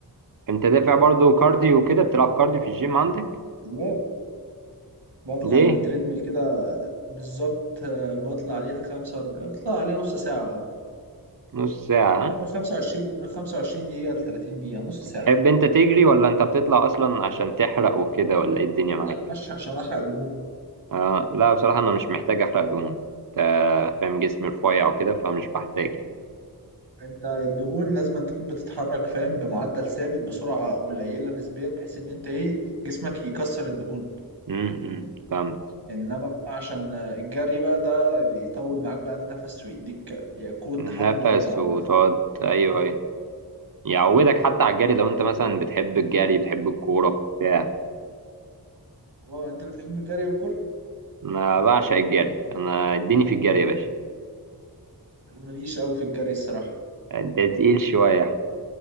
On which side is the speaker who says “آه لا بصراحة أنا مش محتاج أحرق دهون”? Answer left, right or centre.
Right